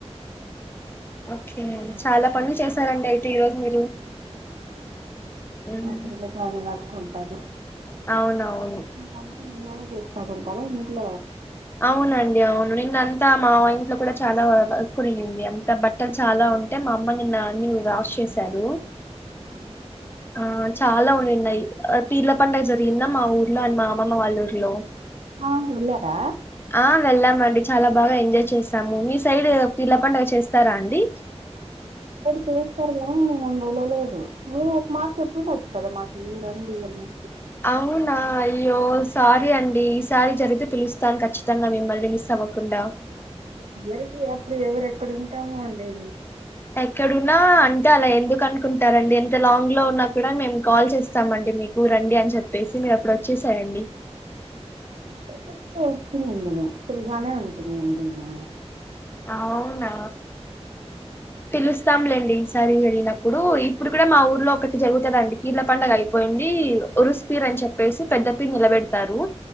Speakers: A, on the left (about 20°); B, on the right (about 70°).
A: ఓకే
B: మా బాబుకి
A: చాలా పనులు చేసారండి అయితే ఈరోజు మీరు,
B: అవునండి
A: ఉమ్,
B: మా <unintelligible> పట్కూంటాది,
A: అవునవును
B: ఇంకా అన్ని మీల్లోనే చేత్తారు కదా ఇంట్ల
A: అవునండి అవును నిన్న అంతా మా ఇంట్లో కూడా చాలా వర్కుండింది అంత బట్ బట్టలు చాలా ఉంటే మా అమ్మ నిన్న అన్ని వాష్ చేసారు,
B: అవునా
A: ఆ చాలా ఉండిన్నాయి, పీర్ల పండగ జరిగిందా మా ఊర్లో అండ్ మా అమ్మమ్మ వాళ్ళ ఊర్లో,
B: అవును వెళ్ళారా,
A: ఆ వెళ్ళామండి చాలా బాగా ఎంజాయ్ చేసాము, మీ సైడ్ పీర్ల పండగ చేస్తారా అండి,
B: మీరు చేస్తారు కదా అని మేమి వెళ్ళలేదు నువు ఒక మాట చెప్పుండొచ్చు కదా మాకు రండి అని,
A: అవ్ అవునా అయ్యో సారీ అండి, ఈ సారి జరిగితే పిలుస్తాను ఖచ్చితంగా మిమ్మల్ని మిస్ అవ్వకుండా,
B: దొరికి అప్పుడు ఎవరెక్కడుంటామో అండి,
A: ఎక్కడున్నా అంటే అలా ఎందుకు అనుకుంటారండి ఎంత లాంగ్ లో ఉన్నా కూడా మేము కాల్ చేస్తామండి మీక్ ఊ రండి అని చెప్పేసి, మీరప్పుడు వచ్చేసారండి,
B: <unintelligible> వచ్చి నుండును ఫ్రీగానే ఉంటుదండి నా
A: అవునా పిలుస్తాంలేండి, సారి జరిగినప్పుడు ఇప్పుడు కూడా మా ఊర్లో ఒకటి జరుగుతదండి పీర్ల పండగ అయిపోయింది, ఉరుస్పీర్ అని చెప్పేసి పెద్ద పీర్ నిలబెడతారు,